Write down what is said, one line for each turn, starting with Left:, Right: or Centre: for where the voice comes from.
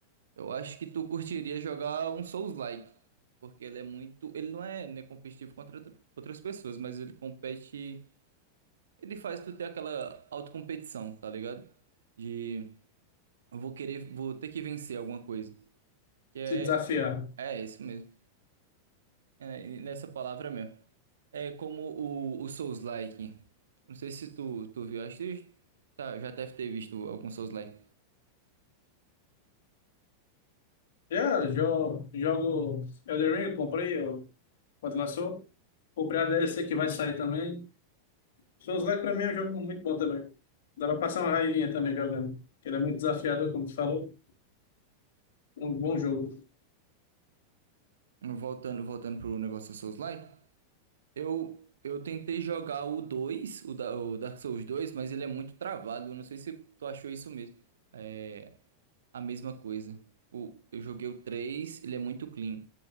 Right: eu acho que tu curtiria jogar um Souls-like, porque ele é muito, ele não é, né, competitivo contra outra- outras pessoas, mas ele compete, ele faz tu ter aquela autocompetição, tá ligado? De eu vou querer, vou ter que vencer alguma coisa, que é
Left: se desafiar.
Right: é isso mesmo. É nessa palavra mesmo. É como o, o Souls-like. Não sei se tu, tu viu, acho que tá, já deve ter visto algum Souls-like.
Left: Já jo, jogo Elden Ring, eu comprei eu, quando lançou. Comprei a DLC que vai sair também. Souls Like pra mim é um jogo muito bom também. Dá pra passar uma raivinha também jogando. Ele é muito desafiador, como tu falou. Um bom jogo.
Right: Voltando, voltando pro negócio do Souls-like, eu, eu tentei jogar o 2, o, da, o Dark Souls dois, mas ele é muito travado. Eu não sei se tu achou isso mesmo. É a mesma coisa. Tipo, eu joguei o 3, ele é muito clean.